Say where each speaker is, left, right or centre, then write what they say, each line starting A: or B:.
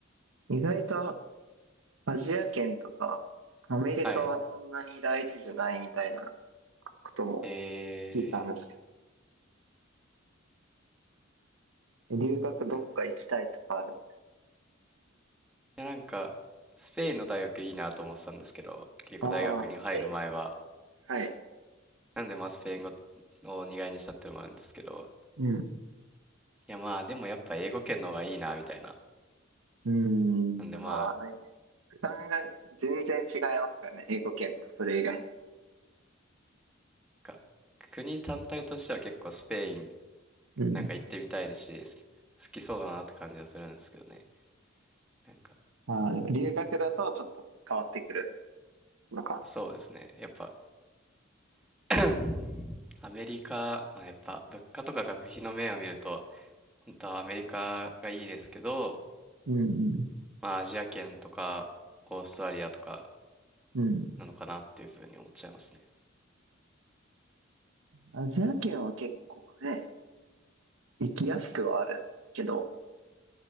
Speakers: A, on the right; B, in the centre.
A: 意外とアジア圏とかアメリカはそんなに第一じゃないみたいな
B: はい。
A: ことも
B: え
A: 聞いたんですけど、留学どっか行きたいとかある。
B: ー、なんいやなんか、スペインの大学いいなと思ってたんですけど、結構大学に入る前は、
A: ああ、スペイン。はい。
B: なんでまあスペイン語を苦いにしたっていうのもあるんですけど、
A: うん。う
B: いやまあでもやっぱ英語圏の方がいいなみたいな。
A: ーん、
B: なんでまあ、
A: まあ、ね、負担が全然違いますからね、英語圏とそれ以外の。
B: か国単体としては結構スペイン
A: うん。
B: なんか行ってみたいし、す好きそうだなって感じはするんですけどね。なんか、
A: ああ、でも留学だとちょっと変わってくるのか。
B: そうですね。やっぱ <clears throat> <coughs> アメリカ、まあ、やっぱ物価とか学費の面を見ると、本当はアメリカがいいですけど、
A: うんうん。
B: まあアジア圏とかオーストラリアとか
A: うん。
B: なのかなっていうふうに思っちゃいますね。
A: アジア圏は結構ね、行きやすくはあるけど、